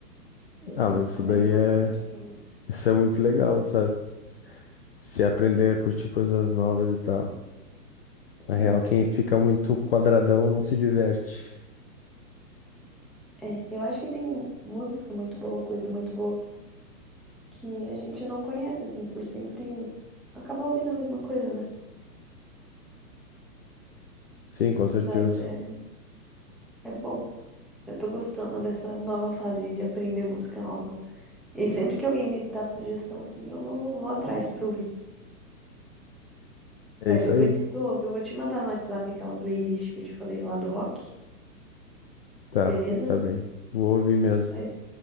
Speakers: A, in the centre; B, on the left.
A: Eu
B: Ah,
A: tô
B: mas
A: descobrindo
B: isso daí é,
A: outro tipo de música.
B: isso é muito legal, sabe? Se aprender a curtir coisas novas e tal.
A: Sim.
B: Na real, quem fica muito quadradão não se diverte.
A: É, eu acho que tem música muito boa, coisa muito boa. que a gente não conhece, assim, por sempre acaba ouvindo a mesma coisa, né?
B: Sim, com certeza.
A: Mas é, é bom. Eu tô gostando dessa nova fase de aprender música nova. E sempre que alguém me dá sugestão, assim, eu vou, vou atrás pra ouvir.
B: É
A: Mas
B: isso
A: depois,
B: aí.
A: se tu ouve, eu vou te mandar no WhatsApp aquela playlist que eu te falei lá do rock,
B: Tá,
A: beleza?
B: tá bem. Vou ouvir mesmo.
A: Mas